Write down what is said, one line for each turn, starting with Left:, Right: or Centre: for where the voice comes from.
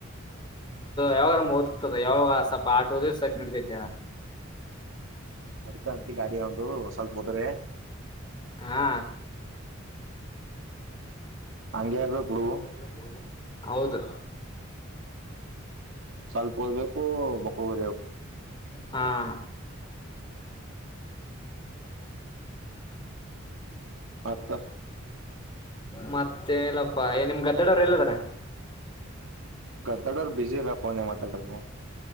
Left: ಯಾವಾಗ ಓದ್ತದ ಯಾವಾಗ ಸ್ವಲ್ಪ ಆಟೋದ ಸಾಕ ನಡತೈತೆ.
Right: ಅದ್ಕ ಅಜ್ಜಿನ್ ಹಾಕ್ ಅ ಒಂದು ಹೊಸಲ್ಪ್ ಹೋದ್ರೆ.
Left: ಹಾ
Right: ಹಂಗೆ ಇರ್ಬೇಕ
Left: <unintelligible>
Right: ಬಿಡು
Left: ಹೌದು
Right: ಸಲ್ಪರ್ಬೇಕು ಬಕಬರಿವು
Left: ಹಾ
Right: ಮತ್ತ
Left: ಮತ್ತೇನಿಲ್ಲಪ್ಪಾ ಏ ನಿಮ್ ಗದ್ದೆಡವರ್ ಎಲ್ಲಿದಾರೆ?
Right: ಗದ್ದಾಡೋರು ಬ್ಯುಸಿ ಇದಾರ ಫೋನ್ಯಾಗ್ ಮಾತಾಡರ ಬ್ರೋ.